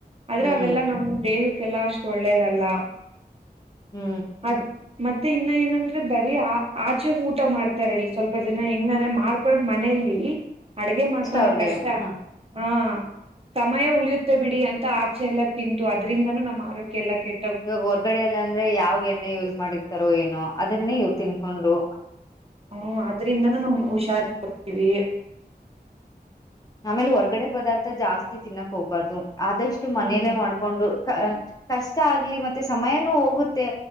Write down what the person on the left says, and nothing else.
ಹ್ಮ್
ಹ್ಮ್
ಅವ್ರಿಗೆ
ಹ
ಇವಾಗ ಹೊರ್ಗಡೆ ಎಲ್ಲ ಅಂದ್ರೆ ಯಾವ್ ಎಣ್ಣೆ ಯೂಸ್ ಮಾಡಿರ್ತಾರೋ ಏನೋ ಅದನ್ನೇ ಇ ತಿನ್ಕೊಂಡು
ಆಮೇಲೆ ಹೊರ್ಗಡೆ ಪದಾರ್ಥ ಜಾಸ್ತಿ ತಿನ್ನಕ್ ಹೋಗ್ಬಾರ್ದು ಆದಷ್ಟು ಮನೇಲೆೇ
ಮಾಡ್ಕೊಂಡು ಕಷ್ಟ ಆಗ್ಲಿ ಮತ್ತೆ ಸಮಯನೂ ಹೋಗುತ್ತೆ